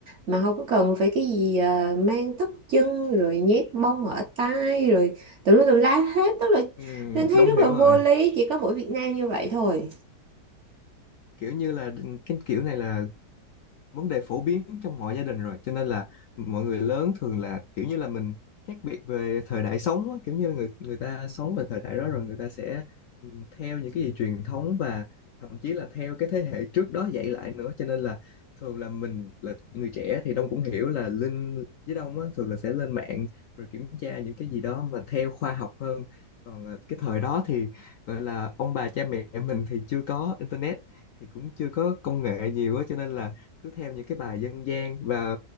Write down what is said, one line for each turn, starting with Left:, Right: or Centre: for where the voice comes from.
Right: mà không có cần phải cái gì ờ, mang tất chân rồi nhét mông ở tai rồi tùm lum tùm la hết tức là
Left: Ừm,
Right: nên thấy
Left: Đông
Right: rất
Left: hiểu
Right: là vô
Left: rồi.
Right: lý chỉ có mỗi Việt Nam như vậy thôi
Left: Kiểu như là cái kiểu này là vấn đề phổ biến trong mọi gia đình rồi cho nên là mọi người lớn thường là kiểu như là mình khác biệt về thời đại sống á, kiểu như là người người ta sống về thời đại đó rồi người ta sẽ ừ, theo những cái gì truyền thống và thậm chí là theo cái thế hệ trước đó dạy lại nữa cho nên là thường là mình là người trẻ thì Đông cũng hiểu là Linh với Đông á, thường là sẽ lên mạng rồi kiểm tra những cái gì đó mà theo khoa học hơn còn ờ, cái thời đó thì gọi là ông bà cha mẹ mình thì chưa có internet thì cũng chưa có công nghệ nhiều á cho nên là cứ theo những cái bài dân gian và